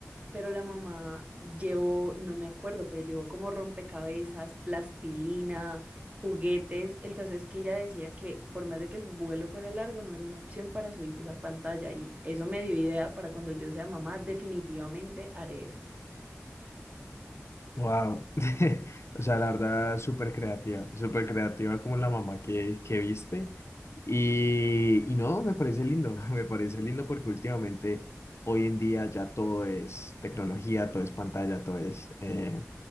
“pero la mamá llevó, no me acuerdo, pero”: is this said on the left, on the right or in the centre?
Right